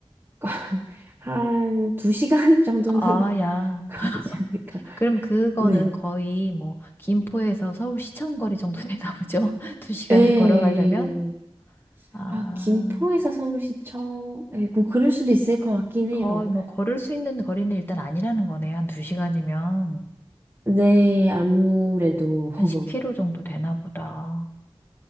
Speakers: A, on the right (about 20°); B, on the left (about 20°).
A: <laughs> 한 두시간 정도는
B: 아,
A: <laughs>
B: 야.
A: 걸리지 않을까.
B: 그럼 그거는
A: 네.
B: 거의 뭐 김포에서 서울 시청 거리 정도 되나 보죠? <laughs> 두 시간을
A: 에.
B: 걸어가려면? 아.
A: 아, 김포에서 서울시청에 뭐 그럴 수도 있을 것 같긴
B: 거의
A: 해요.
B: 뭐 걸을 수 있는 거리는 일단 아니라는 거네. 요 한 두시간이면한
A: 네, 아무래도 <laughs>
B: 10km 정도 되나 보다.